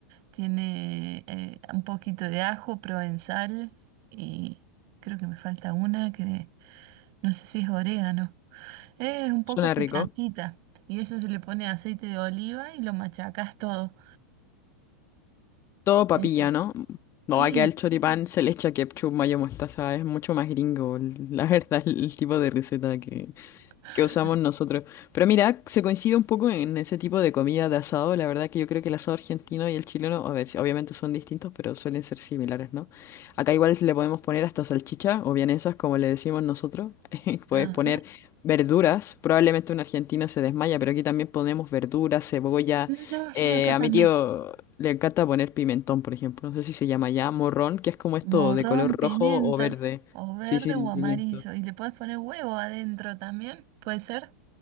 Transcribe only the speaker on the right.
tiene eh, un poquito de ajo, provenzal y creo que me falta una que no sé si es orégano. Es un poco
picantita
y eso se le pone aceite de oliva y lo machacas todo.
Eh,
sí,
<laughs>
ajá.
No, sí,
acá
también.
Morrón,
pimiento,
o verde
o amarillo.
Y le puedes poner huevo adentro también, ¿puede ser?